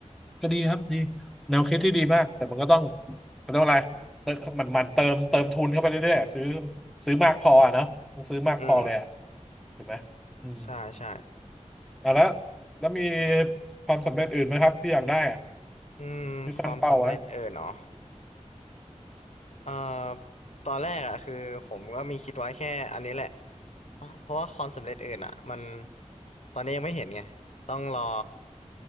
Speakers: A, in the centre; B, on the left.
A: ก็ดีครับดีแนวคิดที่ดีมากแต่มันก็ต้องเขาเรียกว่าอะไรเติมมันมันเติมเติมทุนเข้าไปเรื่อยๆซื้อซื้อมากพออะเนาะต้องซื้อมากพอเลยอะ
B: อืม
A: ถูกไหมอืม
B: ใช่ใช่
A: อ่ะแล้วแล้วมีความสำเร็จอื่นไหมครับที่อยากได้อะ
B: อืมความสำเร็จเออเนาะ
A: ที่ตั้งเป้าไว้
B: เอ่อตอนแรกอ่ะคือผมก็มีคิดไว้แค่อันนี้แหละ อ่ะเพราะว่าความสำเร็จอื่นอ่ะมันตอนนี้ยังไม่เห็นไงต้องรอ